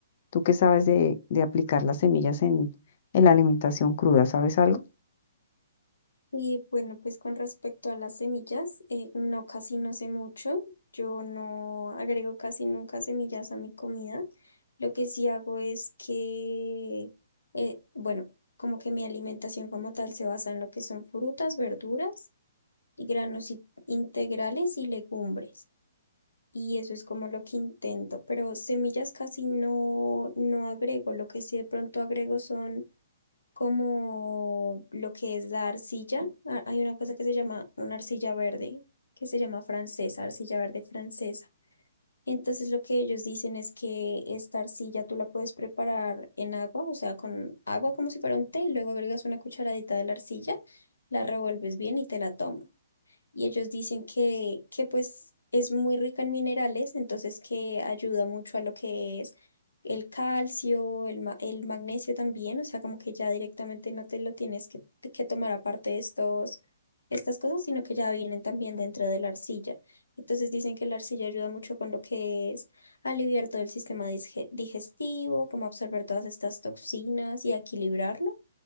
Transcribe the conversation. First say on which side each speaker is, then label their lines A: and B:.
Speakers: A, on the left (about 45°); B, on the left (about 70°).
A: ¿Tú qué sabes de, de aplicar las semillas en, en la alimentación cruda? ¿Sabes algo?
B: Y bueno, pues con respecto a las semillas, eh, no, casi no sé mucho. Yo no agrego casi nunca semillas a mi comida. Lo que sí hago es que, eh, bueno, como que mi alimentación como tal se basa en lo que son frutas, verduras y granos i- integrales y legumbres. Y eso es como lo que intento, pero semillas casi no, no agrego. Lo que sí de pronto agrego son como lo que es la arcilla. Ah, Hay una cosa que se llama una arcilla verde, que se llama francesa, arcilla verde francesa. Entonces lo que ellos dicen es que esta arcilla tú la puedes preparar en agua, o sea, con agua como si fuera un té, y luego agregas una cucharadita de la arcilla, la revuelves bien y te la tomas y ellos dicen que, que pues es muy rica en minerales, entonces que ayuda mucho a lo que es el calcio, el, ma- el magnesio también, o sea, como que ya directamente no te lo tienes que, que tomar aparte de estos, estas cosas, sino que ya vienen también dentro de la arcilla. Entonces dicen que la arcilla ayuda mucho con lo que es aliviar todo el sistema disge- digestivo, como absorber todas estas toxinas y a equilibrarlo